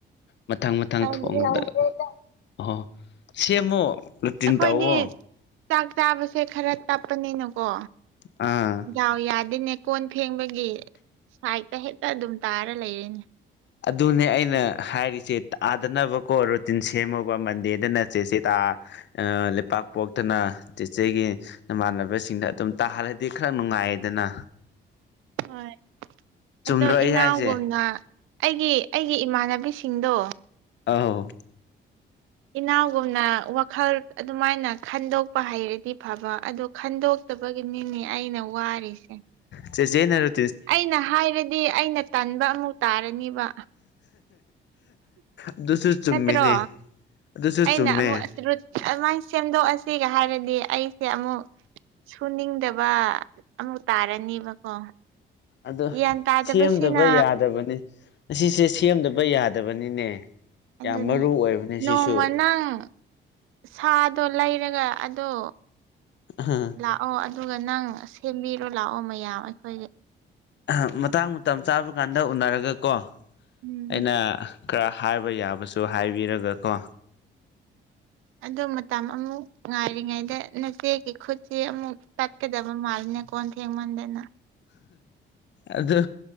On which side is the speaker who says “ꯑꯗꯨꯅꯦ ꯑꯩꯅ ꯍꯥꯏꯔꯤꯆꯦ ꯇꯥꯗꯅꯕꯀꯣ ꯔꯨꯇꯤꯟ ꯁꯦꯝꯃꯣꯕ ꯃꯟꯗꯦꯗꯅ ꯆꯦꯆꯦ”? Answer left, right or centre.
Left